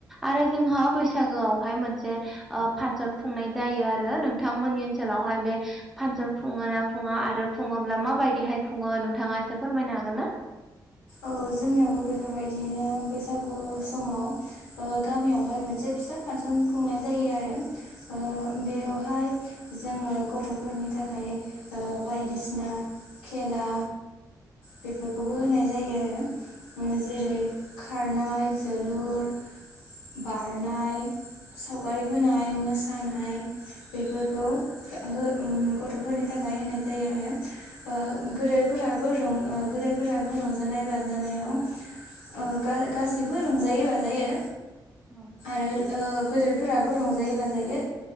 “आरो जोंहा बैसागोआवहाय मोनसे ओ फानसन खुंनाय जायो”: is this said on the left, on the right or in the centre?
Centre